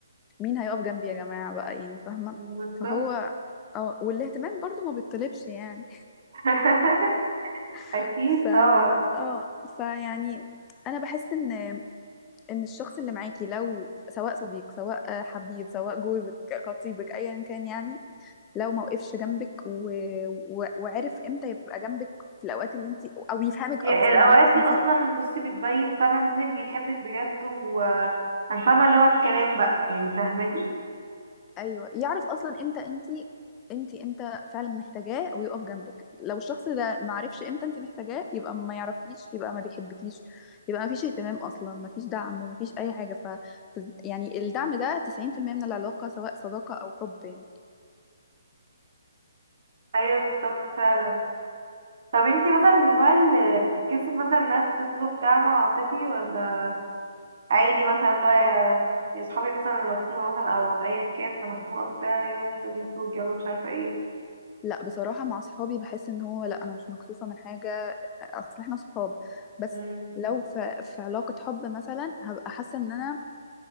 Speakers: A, on the left; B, on the right.
A: مين هيقف جنبي يا جماعة بقى يعني فاهمة
B: بالظبط
A: فهو اه والاهتمام برضو ما بيطلبش يعني
B: <laughs>
A: <laughs>
B: اكيد
A: فا
B: طبعا
A: اه فيعني انا بحس ان ان الشخص اللي معاكي لو سواء صديق سواء حبيب سواء جوزك خطيبك ايا كان يعني لو ما وقفش جنبك و... و... وعرف امتى يبقى جنبك في الاوقات اللي انت او يفهمك
B: يا
A: اصلا
B: الأوقات
A: يعرف
B: دي
A: انت
B: أصلا بصي بتبين فعلا مين اللي بيحبك بجد و... انا فاهمه اللي هو الكلام بقى يعني فاهماني
A: ايوه يعرف اصلا امتى انت انت امتى فعلا محتاجاه ويقف جنبك لو الشخص ده ما عرفش امتى انت محتاجاه يبقى ما يعرفكيش يبقى ما بيحبكيش يبقى ما فيش اهتمام اصلا ما فيش دعم ما فيش اي حاجه ف يعني الدعم ده 90% من العلاقه سواء صداقه او حب يعني
B: ايوه بالظبط فعلا طب انتي مثلا من النوع اللي بتتكسف مثلا انها تطلب دعم عاطفي ولا عادي مثلا اللي هو يا يا صحابي مثلا أنا مخنوقه مثلا او ايا كان انا مخنوقه بتاع يلا ننزل نخرج يلا مش عارفه ايه
A: لا بصراحة مع صحابي بحس ان هو لا انا مش مكسوفة من حاجة اصل احنا صحاب بس
B: امم
A: لو في, في علاقة حب مثلا هبقى حاسة ان انا